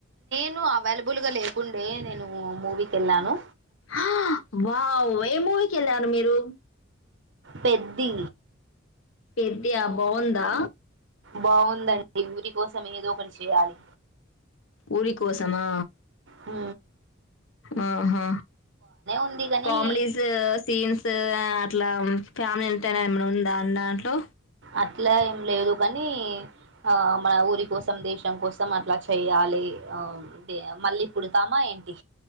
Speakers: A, on the right; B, on the left.
A: నేను అవైలబుల్ గా లేకుండే నేను మూవీకి వెళ్ళాను.
B: ఆహ్ వావ్ ఏ మూవీకి వెళ్ళారు మీరు.
A: పెద్ది.
B: పెద్దియా బాగుందా.
A: బాగుందండి ఊరి కోసం ఏదో ఒకటి చేయాలి.
B: ఊరి కోసమా.
A: ఉ
B: ఆహా
A: ఉంది కాని
B: కామెడీస్ సీన్స్ అట్లా ఫ్యామిలీ అంటనే ఏమనున్ దాని దాంట్లో
A: అట్లా ఏం లేదు కానీ ఆ మన ఊరి కోసం, దేశం కోసం అట్లా చెయాలి ఆ తే మళ్ళీ పుడితామ ఏం టి